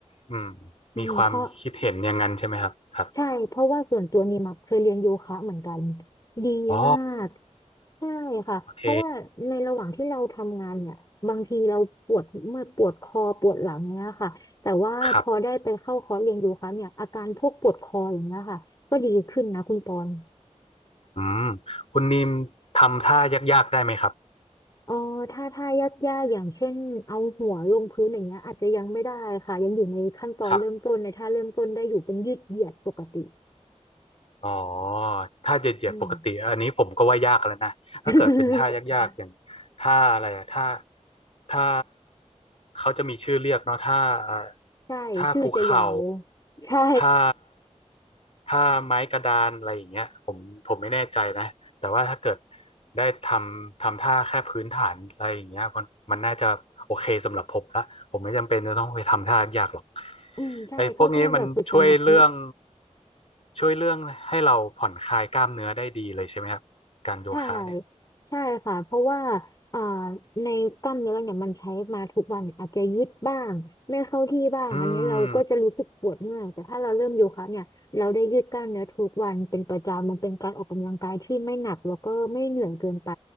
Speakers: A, on the left; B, on the left.
A: อืม
B: อืมเพราะ
A: มีความคิดเห็นอย่างนั้นใช่ไหมครับครับ
B: ใช่เพราะว่าส่วนตัวนี่มาเคยเรียนโยคะเหมือนกันดีมาก
A: อ๋อ
B: ใช่ค่ะเพราะว่าในระหว่างที่เราทำงานเนี่ยบางทีเราปวดเมื่อยปวดคอปวดหลังเนี้ยค่ะแต่ว่าพอได้ไปเข้าคอร์สเรียนโยคะเนี่ยอาการพวกปวดคออย่างเงี้ยค่ะก็ดีขึ้นนะคุณปอน
A: โอเคครับอืมคุณนิมทำท่ายากๆได้ไหมครับ
B: เออถ้าถ้ายากยากอย่างเช่นเอาหัวลงพื้นอย่างเงี้ยอาจจะยังไม่ได้ค่ะยังอยู่ในขั้นตอนเริ่มต้นในท่าเริ่มต้นได้อยู่เป็นยืดเหยียดปกติ
A: ครับอ๋อท่าเหยียดๆปกติอันนี้ผมก็ว่ายากแล้วนะถ้าเกิดเป็นท่ายากๆอย่างท่าอะไรอะท่า
B: อืม <laughs>
A: ท่าเขาจะมีชื่อเรียกเนาะท่าเอ่อ
B: ใช่ชื่อจะยาว
A: ท่าภูเขา
B: ใช่
A: ท่าท่าไม้กระดานอะไรอย่างเงี้ยผมผมไม่แน่ใจนะ แต่ว่าถ้าเกิดได้ทำทำท่าแค่พื้นฐานอะไรอย่างเงี้ยมันมันน่าจะโอเคสำหรับผมละผมไม่จำเป็นจะต้องไปทำท่ายากหรอก
B: อืมใช่ก็แค่แบบฝึกสมาธิ
A: ไอ้พวกนี้มันช่วยเรื่องช่วยเรื่องให้เราผ่อนคลายกล้ามเนื้อได้ดีเลยใช่ไหมครับการโยคะเนี่ย
B: ใช่ใช่ค่ะเพราะว่าอ่าในกล้ามเนื้อเราเนี่ยมันใช้มาทุกวันอาจจะยืดบ้างไม่เข้าที่บ้างอันนี้เราก็จะรู้สึกปวดเมื่อยแต่ถ้าเราเริ่มโยคะเนี่ยเราได้ยืดกล้ามเนื้อทุกวันเป็นประจำมันเป็นการออกกำลังกายที่ไม่หนักแล้วก็ไม่เหนื่อยเกินไป
A: อืม